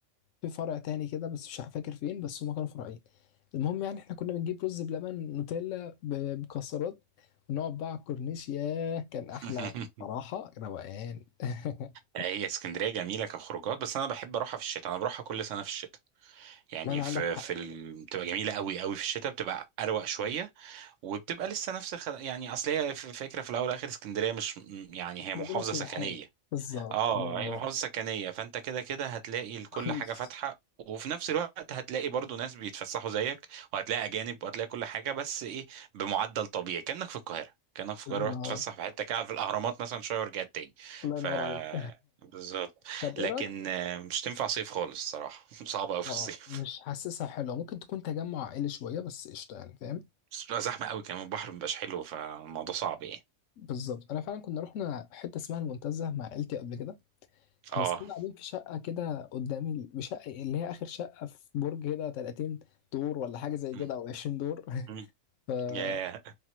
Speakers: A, on the left; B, on the right.
A: في فرع تاني كده بس مش فاكر فين بس هما كانوا فرعين المهم يعني احنا كنا بنجيب رز بلبن نوتيلا ب- بمكسرات ونقعد بقى على الكورنيش ياه كان احلى
B: <laughs>
A: صراحة روقان <laughs>
B: هي اسكندريه جميله كخروجات بس انا بحب اروحها في الشتاء انا بروحها كل سنه في الشتاء يعني
A: لا لا
B: في
A: عندك حق
B: في ال... بتبقى جميله قوي قوي في الشتاء بتبقى اروق شويه وبتبقى لسه نفس الخل... يعني اصل هي ف- فكره في الاول والاخر اسكندريه مش م- يعني
A: مش
B: هي
A: مدينة
B: محافظه
A: سياحية
B: سكنيه
A: بالظبط
B: اه
A: الله ينور
B: هي محافظه سكنيه فانت كده كده هتلاقي كل
A: رخيص
B: حاجه فاتحه وفي نفس الوقت هتلاقي برضو ناس بيتفسحوا زيك وهتلاقي اجانب وهتلاقي كل حاجه بس ايه بمعدل طبيعي كانك في القاهره كانك في
A: بالظبط
B: القاهره رحت تتفسح في حته كده في الاهرامات مثلا شويه ورجعت تاني
A: الله
B: ف
A: ينور عليك <laughs>
B: بالظبط
A: طب
B: لكن
A: ايه رايك
B: آه، مش تنفع صيف خالص صراحه <laughs> صعبه قوي في
A: اه
B: الصيف
A: مش حاسسها حلوه ممكن تكون تجمع عائلي شويه بس قشطه يعني فاهم
B: بس بتبقى زحمة قوي كمان البحر مبقاش حلو فالموضوع صعب يعني
A: بالظبط انا فعلا كنا رحنا حته اسمها المنتزه مع عيلتي قبل كده
B: اه
A: بس كنا قاعدين في شقة كده قدام ال- شقة اللي هي آخر شقة في برج كده 30 دور ولا حاجة زي
B: مم.
A: كده أو 20 دور
B: مم.
A: <laughs> فكنا
B: ياه